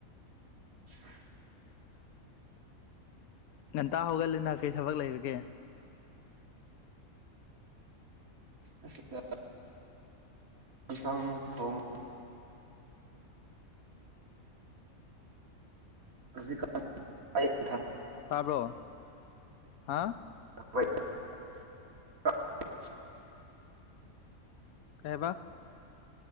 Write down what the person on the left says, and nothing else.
ꯉꯟꯇꯥ ꯍꯧꯒꯠꯂꯦꯅ ꯀꯔꯤ ꯊꯕꯛ ꯂꯩꯔꯒꯦ
ꯇꯥꯔꯕꯣ ꯍꯥ
ꯀꯩꯕ